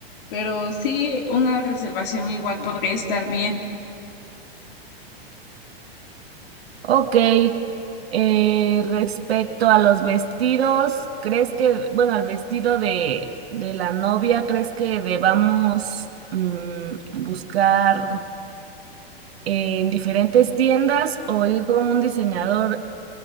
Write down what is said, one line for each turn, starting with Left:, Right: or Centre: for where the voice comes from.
Left: Pero sí, una reservación igual podría estar bien.
Right: Ok, eh, respecto a los vestidos, ¿crees que, bueno, al vestido de, de la novia, ¿crees que debamos mm, buscar en diferentes tiendas o ir con un diseñador,